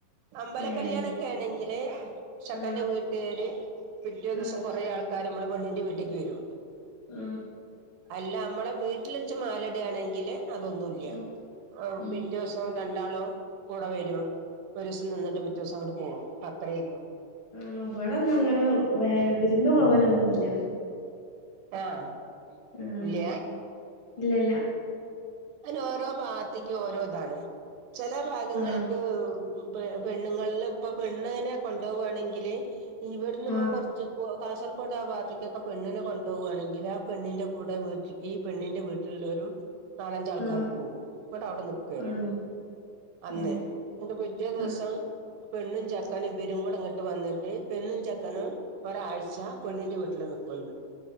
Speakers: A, on the right; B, on the left.
A: അമ്പല
B: ഏഹ്
A: കല്യാണൊക്കെണെങ്കില് ചക്കന്റെ
B: ആഹ്
A: വീട്ട ട്ടേര് പിറ്റേ ദിവസം
B: ആഹ്
A: കൊറേ ആൾക്കാര് മ്മള് പെണ്ണിൻ്റെ വീട്ടിക്ക് വരും.
B: ഉം.
A: അല്ല മ്മളെ വീട്ടിലെച്ച് മാലടാണെങ്കില് അതൊന്നുല്ല്യ
B: ഉം
A: അ
B: ഉം
A: പിറ്റേസ് ഒ രണ്ടാളും കൂടെ വരും ഒരുസം നിന്നിട്ട് പിറ്റേ ദിവസങ്ങട്ട് പോകും അത്രേള്ളൂ.
B: ഉം വിടെന്നും അങ്ങനെ വേ വിരുന്ന് പോവലൊന്നുല്ല.
A: ആഹ്
B: ആഹ്
A: ഇല്ലേ
B: ഇല്ലല്ല.
A: അനോരോ ഭാത്തിക്ക്യു ഓരോതാണ് ചെല ഭാഗങ്ങൾക്ക്.
B: ആഹ്
A: പെണ്ണുങ്ങളെ ഇപ്പൊ പെണ്ണണ് അങ്ങനെ കൊണ്ടുപോകുകയാണെങ്കിൽ ഇവിടുന്ന് നമ്മൾ
B: ആഹ്
A: കൊറച്ച് ച് കാസർകോട്ആ ഭാഗത്തേൊക്കെ പെണ്ണിനെ കൊണ്ടു പോകുകയാണെങ്കിൽ ആ പെണ്ണിൻന്റെ കൂടെ വീ ഈ പെണ്ണിന്റെ വീട്ടിലുള്ളവരും നാലഞ്ച ആൾക്കാർ
B: ആഹ്
A: പോകവും എന്നട്ട് അവിടെ നിക്കുല്ലോ
B: ആണോ
A: അന്ന്
B: ഏഹ്
A: ഇിന്നിട്ട് പിറ്റേ ദിവസംപെണ്ണും
B: ആഹ്
A: ചെക്കനും ഇവരും കൂടെ ഇങ്ങട്ട ട്ട് വന്നിട്ട് പെണ്ണും ചെക്കനും ഒരാഴ്ച പെണ്ണിന്റെ വീട്ടില് നിക്കും ന്ന്